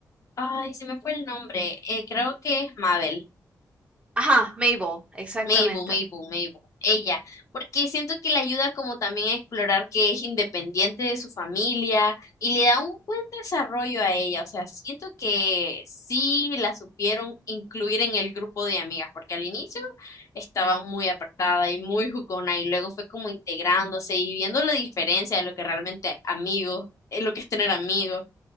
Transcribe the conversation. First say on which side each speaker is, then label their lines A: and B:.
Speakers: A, on the left; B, on the right.
A: Ay, se me fue el nombre. Eh, creo que es Mabel.
B: Ajá, Mabel, exactamente.
A: Mabel, Mabel, Mabel, ella, porque siento que le ayuda como también a explorar que es independiente de su familia y le da un buen desarrollo a ella, o sea, siento que sí la supieron incluir en el grupo de amigas, porque al inicio estaba muy apartada y muy jugona y luego fue como integrándose y viendo la diferencia de lo que realmente amigos, eh, lo que es tener amigos